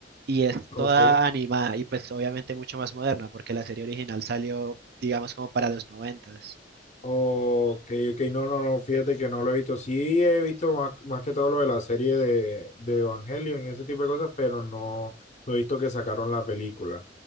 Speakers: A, on the right; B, on the left.
A: Y es
B: Ok.
A: toda animada y pues obviamente mucho más moderna, porque la serie original salió, digamos, como para los noventas.
B: Ok, ok, no, no, no, fíjate que no lo he visto. Sí he visto más, más que todo lo de la serie de, de Evangelion y ese tipo de cosas, pero no, no he visto que sacaron la película.